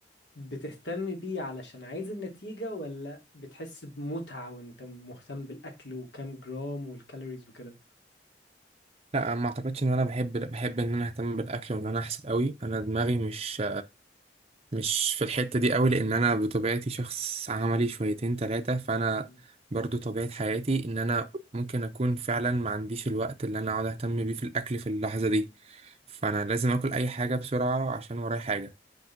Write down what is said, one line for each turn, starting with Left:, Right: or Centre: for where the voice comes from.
Left: بتهتم بيه علشان عايز النتيجه ولا بتحس بمتعه وانت مهتم بالاكل وكام جرام والكالوريز وكده
Right: لا ما اعتقدش ان انا بحب بحب ان انا اهتم بالاكل وان انا احسب قوي انا دماغي مش مش في الحتة دي قوي لأن أنا بطبيعتي شخص عملي شويتين تلاتة فأنا
Left: مم.
Right: برضو طبيعة حياتي إن أنا ممكن أكون فعلا ما عنديش الوقت اللي أنا أقعد أهتم بيه في الأكل في اللحظة دي فأنا لازم أكل أي حاجة بسرعة عشان ورايا حاجة